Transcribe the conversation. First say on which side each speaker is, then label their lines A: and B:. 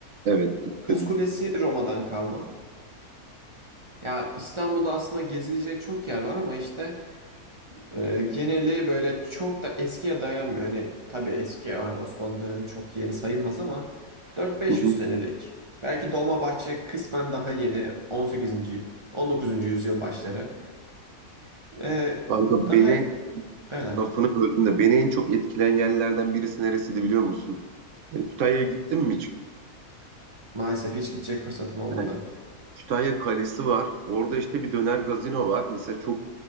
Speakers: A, on the right; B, on the right.
A: Evet gittim.
B: Kız Kulesi Roma'dan kalma. Ya İstanbul'da aslında gezilecek çok yer var ama işte Ee, geneli böyle çok da eskiye dayanmıyor. Hani tabii eski yani Osmanlı dönemi çok yeni sayılmaz ama 4-500
A: Hı hı.
B: senelik. Belki Dolmabahçe kısmen daha yeni 18. 19. yüzyıl başları. Ee,
A: Kanka
B: daha
A: beni
B: öyle.
A: Lafını böldüm de beni en çok etkilen yerlerden birisi neresiydi biliyor musun? E, Kütahya'ya gittim mi hiç?
B: Maalesef hiç gidecek fırsatım olmadı.
A: Yani Kütahya Kalesi var. Orada işte bir döner gazino var. Mesela çok